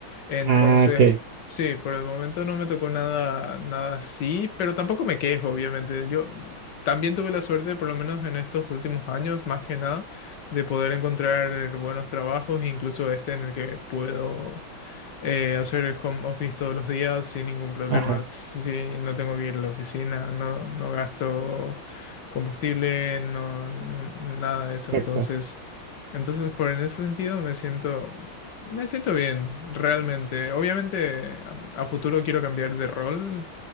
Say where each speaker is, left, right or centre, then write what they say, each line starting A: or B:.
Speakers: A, on the left; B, on the right.
A: Entonces,
B: Ah, ok.
A: sí, por el momento no me tocó nada, nada así, pero tampoco me quejo, obviamente. Yo también tuve la suerte, por lo menos en estos últimos años, más que nada, de poder encontrar buenos trabajos, incluso este en el que puedo eh, hacer home office todos los días sin ningún problema.
B: Ajá.
A: si no tengo que ir a la oficina, no, no gasto combustible, no, n- nada de eso. Entonces,
B: Exacto.
A: entonces por en ese sentido me siento, me siento bien, realmente. Obviamente a, a futuro quiero cambiar de rol,